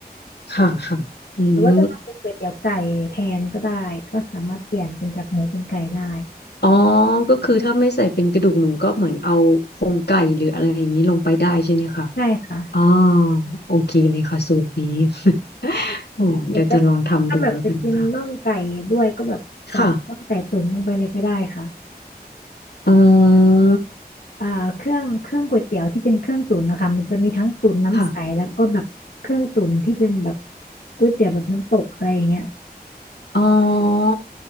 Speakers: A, on the left; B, on the left.
A: ค่ะค่ะอืม
B: หรือว่าจะทำเป็นก๋วยเตี๋ยวไก่แทนก็ได้ก็สามารถเปลี่ยนเป็นจากหมูเป็นไก่ได้
A: อ๋อก็คือถ้าไม่ใส่เป็นกระดูกหมูก็เหมือนเอาโครงไก่หรืออะไรอย่างนี้ลงไปได้ใช่ไหมคะ
B: ใช่ค่ะ
A: อ๋อโอเคเลยค่ะสูตรนี้ <laughs> โอ้เดี๋ยวจะลองทำดูแล้วกันนะคะ
B: แต่ก็ถ้าแบบจะกินน่องไก่ด้วยก็แบบใส่น่องไก่ตุ๋นลงไปเลยก็ได้ค่ะ
A: ค่ะ อ๋อ
B: อ่าเครื่องเครื่องก๋วยเตี๋ยวที่เป็นเครื่องตุ๋นนะคะมันจะมีทั้งตุ๋นน้ำใสแล้วก็แบบเครื่องตุ๋นที่เป็นแบบ
A: ค่ะ
B: ก๋วยเตี๋ยวแบบน้ำตกอะไรอย่างเงี้ย
A: อ๋อ